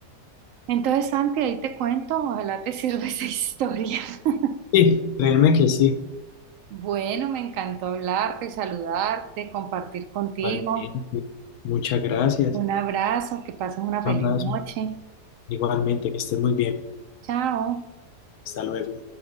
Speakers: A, on the right; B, on the left.
A: Entonces, Santi, ahí te cuento, ojalá te <laughs> sirva esa historia. <laughs>
B: Sí, créeme que sí.
A: Bueno, me encantó hablarte, saludarte, compartir contigo.
B: Igualmente, muchas gracias.
A: Un abrazo, que pases una feliz
B: Un abrazo.
A: noche.
B: Igualmente, que estés muy bien.
A: Chao.
B: Hasta luego.